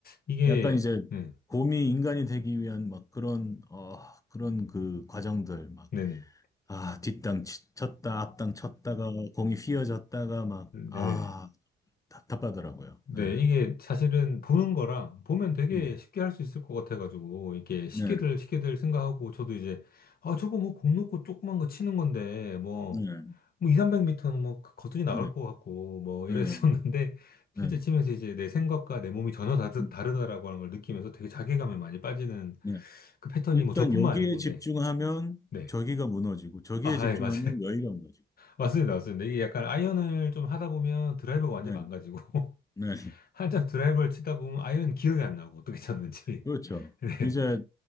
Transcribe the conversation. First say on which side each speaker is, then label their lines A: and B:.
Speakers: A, on the left; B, on the left.
A: 이게,
B: 약간 이제
A: 네,
B: 곰이 인간이 되기 위한 막 그런, 어, 그런 그 과정들,
A: 네네.
B: 아, 뒷땅 치- 쳤다, 앞땅 쳤다가 공이 휘어졌다가 막,
A: 네네.
B: 아, 답답하더라고요.
A: 네,
B: 예.
A: 이게 사실은 보는 거랑 보면 되게
B: 음.
A: 쉽게 할 수 있을 것 같아가지고, 이게 렇 쉽게들,
B: 네,
A: 쉽게들 생각하고, 저도 이제, 아, 저거 뭐 공 놓고 조그만 거 치는 건데, 뭐,
B: 네,
A: 뭐 2, 300m는 뭐 거뜬히 나갈
B: 네,
A: 것 같고, 뭐
B: 네,
A: 이랬었는데, <laughs>
B: 네,
A: 실제 치면서 이제 내 생각과 내 몸이 전혀 다르,
B: 음,
A: 다르다라고 하는 걸 느끼면서 되게 자괴감에 많이 빠지는
B: 네.
A: 그 패턴이
B: 일단
A: 뭐 저뿐만
B: 여기에
A: 아니고,
B: 집중하면
A: 네. 네.
B: 저기가 무너지고, 저기에
A: 아,
B: 집중하면
A: 예, 맞아요.
B: 여기가 무너지고.
A: 맞습니다, 맞습니다. 이게 약간 아이언을 좀 하다 보면 드라이버가 완전
B: 네,
A: 히 망가지고, <laughs>
B: 네.
A: 한참 드라이버를 치다 보면 아이언 기억이 안 나고, 어떻게 쳤는지.
B: 그렇죠.
A: <laughs> 네.
B: 이제,